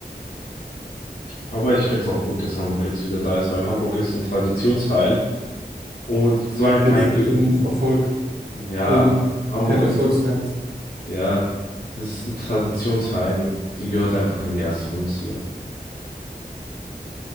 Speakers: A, on the left; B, on the right.
A: Aber ich finde es auch gut, dass Hamburg jetzt wieder da ist, weil Hamburg ist ein Traditionsverein. Und so
B: Da
A: ein
B: geht's
A: Verein,
B: nicht
A: geh-
B: so um Erfolg.
A: ja,
B: Also
A: Hamburg
B: kein Erfolgsfans.
A: ist, ein- ja, das ist ein Traditionsverein und die gehört einfach in die erste Bundesliga.